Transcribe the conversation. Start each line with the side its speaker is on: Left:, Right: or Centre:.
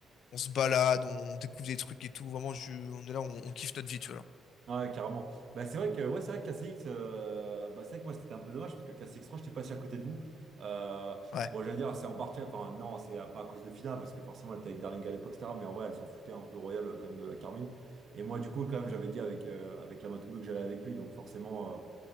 Left: on se balade, on découvre des trucs et tout. Vraiment, je, on est là, on, on kiffe notre vie, tu vois. là.
Right: Ouais, carrément. Bah c'est vrai que ouais, c'est vrai que KCX, euh, bah c'est vrai que moi c'était un peu dommage parce que KCX 3, j'étais pas si à côté de vous. Euh,
Left: Ouais.
Right: bon, j'allais dire, c'est en partie, enfin non, c'est pas à cause de Fina parce que forcément elle était avec Darling à l'époque, et cetera Mais en vrai, elle s'en foutait un peu royal euh, quand même de la Carmine. Et moi, du coup, quand même, j'avais dit avec, euh, avec la Matoubou que j'allais avec lui, donc forcément.